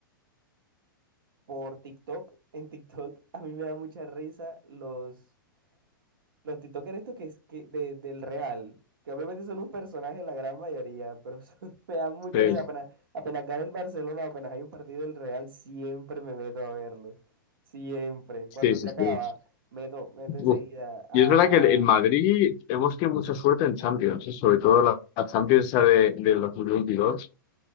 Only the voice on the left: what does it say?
Sí,
sí,
sí,
sí.
Uf.
Y es verdad que en Madrid hemos tenido mucha suerte en Champions, ¿eh? Sobre todo la, la Champions esa de, del 2022.